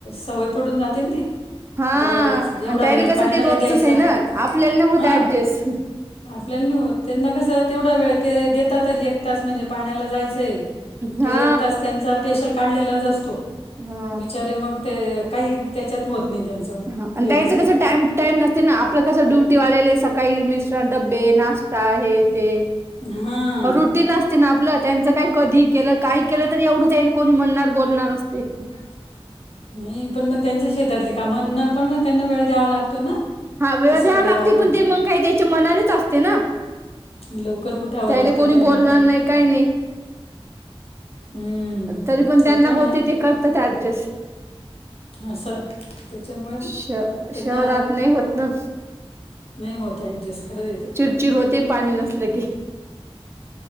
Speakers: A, on the left; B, on the right.
A: सवय पडून जाते ना ती.
B: हा,
A: आता बाबा
B: आणि
A: एवढा
B: त्याला
A: वेळ
B: कसं
A: पाण्याला
B: ते रोजचंच
A: द्यायचा
B: हेना. आपल्याला नाही होत
A: हां
B: ऍडजस्ट.
A: आपल्याला नाही होत. त्यांना कसं तेवढा वेळ ते देतातच. एक तास म्हणजे पाण्याला जायचंय.
B: हा
A: तो एक तास त्यांचा स्पेशल काढलेलाच असतो.
B: हा
A: बिचारे मग ते काही त्याच्यात होत नाही त्यांचं.
B: हा आणि
A: व्यवस्थित.
B: त्याचं कसं टाइम टाइम नसते आपलं कसं ड्युटी वालेले सकाळी मिश्र डबे, नाश ष्टा. हे ते.
A: हा
B: रुटीन असते ना आपलं. त्यांच काय कधी केलं, काही केलं एवढं त्याईल कोणी म्हणणार बोलणार असते.
A: असते नाही पण मग, त्यांच्या शेतातली कामांना पण त्यांना वेळ द्यावा लागतो ना.
B: हा वेळ
A: ते सगळं
B: द्यावा लागते.
A: आवरून
B: पण ते मग काही त्याच्या मनानेच असते ना.
A: लवकर उठावं
B: त्यायले
A: लागतं
B: कोणी
A: त्यांना
B: बोलणार
A: पण
B: नाही. काही नाही.
A: हम्म.
B: तरी पण
A: ते
B: त्यांना
A: आहे
B: होते. ते करतात ऍडजस्ट.
A: असं त्याच्यामुळे
B: श
A: त्यांना
B: शहरात नाही होत ना.
A: नाही होत ऍडजस्ट. खरय ते.
B: चिडचिड होते. पाणी नसलं की.